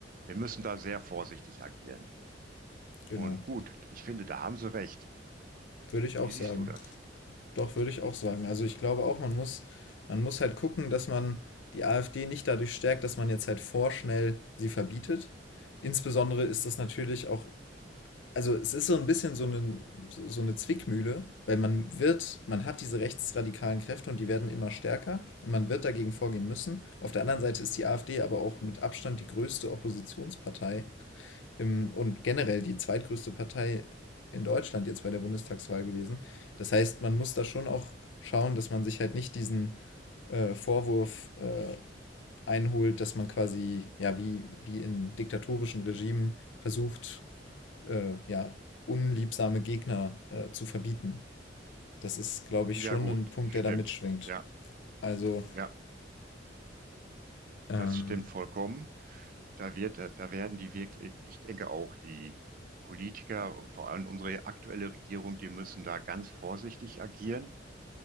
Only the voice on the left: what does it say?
genau.
Würde ich auch
sagen.
Doch, würde ich auch sagen. Also ich glaube auch, man muss, man muss halt gucken, dass man die AfD nicht dadurch stärkt, dass man jetzt halt vorschnell sie verbietet. Insbesondere ist das natürlich auch also es ist so ein bisschen so eine, so so eine Zwickmühle, weil man wird, man hat diese rechtsradikalen Kräfte und die werden immer stärker und man wird dagegen vorgehen müssen. Auf der anderen Seite ist die AfD aber auch mit Abstand die größte Oppositionspartei im, und generell die zweitgrößte Partei in Deutschland jetzt bei der Bundestagswahl gewesen. Das heißt, man muss da schon auch schauen, dass man sich halt nicht diesen äh, Vorwurf äh, einholt, dass man quasi, ja, wie, wie in diktatorischen Regimen versucht, äh, ja, unliebsame Gegner äh, zu verbieten. Das ist, glaube ich,
schon
ein Punkt,
der da mitschwingt.
Also,
ähm,